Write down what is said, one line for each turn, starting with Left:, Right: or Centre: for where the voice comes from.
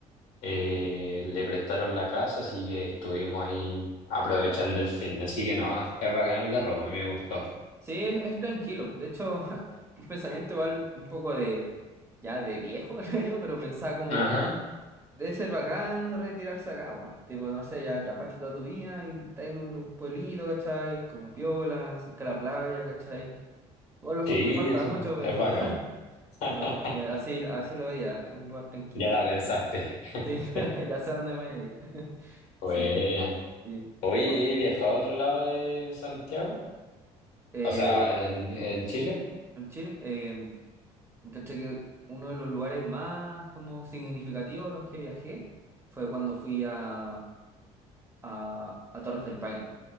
Left: eh, le prestaron la casa, así que estuvimos ahí aprovechando el fin de, así que no, es bacán el carro, a mí me gustó.
Right: Sí, es, es tranquilo. De hecho, <laughs> un pensamiento igual un poco de, ya de viejo, <laughs> creo yo, pero pensaba como...
Left: Ajá,
Right: Debe ser bacán retirarse acá, weón. Tipo, no sé, ya trabajaste toda tu vida y estás en un lu- pueblito, ¿cachai? Como piola, cerca de la playa, ¿cachai? Igual
Left: sí,
Right: me falta
Left: es,
Right: mucho, pero,
Left: es bacán.
Right: <laughs>
Left: <laughs>
Right: pero como que así, así lo veía, es un lugar tranquilo,
Left: Ya la pensaste.
Right: creo.
Left: <laughs>
Right: Sí, <laughs> ya sé dónde voy a ir. <laughs>
Left: Buena.
Right: Sí, sí,
Left: Oye,
Right: no.
Left: ¿y has viajado a otro lado de Santiago?
Right: Eh,
Left: O sea, en, en Chile.
Right: en Chile, eh, ¿cachai? Que uno de los lugares más como significativos a los que viajé fue cuando fui a, a, a Torres del Paine.